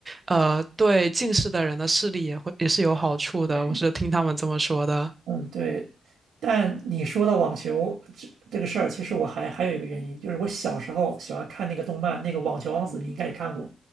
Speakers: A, on the right; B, on the right.
A: 呃，对近视的人的视力也会也是有好处的。
B: 对
A: 我是听他们这么说的。
B: 嗯，对。但你说到网球这这个事儿，其实我还还有一个原因，就是我小时候喜欢看那个动漫，那个《网球王子》，你应该也看过。